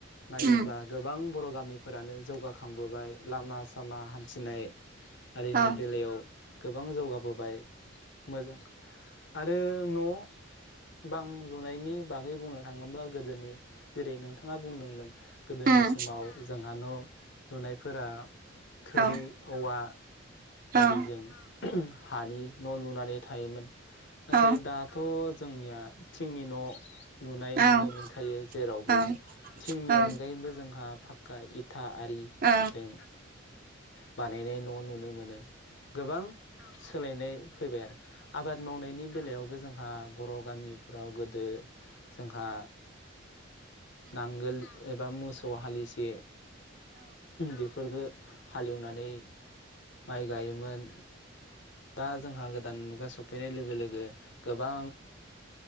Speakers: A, on the left; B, on the right.
A: नायोब्ला
B: उम
A: गोबां बर' गामिफोरानो जौगाखांबोबाय लामा सामा हान्थिनाय आरिनि
B: अ
A: बेलायाव गोबां जौगाबोबाय मोजां आरो न' बां लुनायनि बागै बुंनो थाङोब्ला गोदोनि जेरै- नोंथाङा बुंदोंमोन गोदोनि
B: दङ
A: समाव जों दा न' लुनायफोरा थोरि
B: दंनायालाय
A: वा आरिजों
B: ओं
A: हानि न' लुनानै थायोमोन। नाथाय
B: औ
A: दाथ' जोंनिया थिंनि न' लुनाय
B: औ
A: नुनो मोनखायो जेरावबो
B: अ
A: थिंनि
B: अ
A: अनगायैबो जोंहा फाक्का इथ था आरिजों
B: अ
A: बानायनाय न' नुनो मोनो। गोबां सोलायनाय फैबाय आरो आबाद मावनायनि बेलायावबो जों ओ बर गामिफ्राव गोदो जोंहा नांगोल एबा मोस सौ हालिसे बेफोरखो हालेवनानै माइ गायोमोन दा जोंहा गोदान मु गा सफैनाय लोगो लोगो गोबां